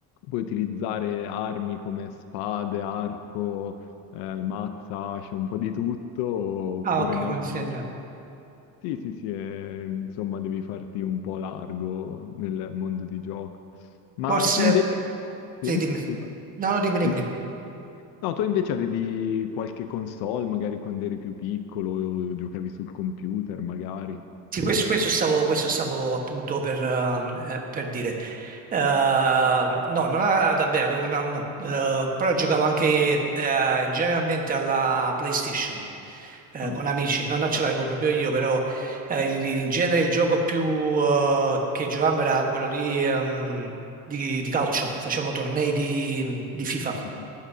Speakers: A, on the left; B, on the right.
A: puoi utilizzare armi come spade, arco, eh, mazza, ascia, un po' di tutto, oppure
B: Ah, ok,
A: magie.
B: quindi sì, sì.
A: Sì, sì, sì, eh, insomma devi farti un po' largo nel mondo di gioco. Ma
B: Forse,
A: tu invece... Sì,
B: sì, dimmi.
A: scusa.
B: No, no, dimmi,
A: Di-
B: dimmi. dimmi.
A: No, tu invece avevi qualche console, magari quando eri più piccolo, o giocavi sul computer, magari.
B: Sì, questo, questo stavo, questo stavo appunto per, ehm, eh, per dire. Eh, no, non a- vabbè, avevo una, no, eh, però giocavo anche eh, generalmente alla PlayStation eh,
A: Ah,
B: con amici, No, non ce l'avevo proprio io, però eh, in, in genere il gioco più eh, che giocavamo era quello lì ehm, di, di calcio, facevamo tornei di di FIFA.
A: mhm.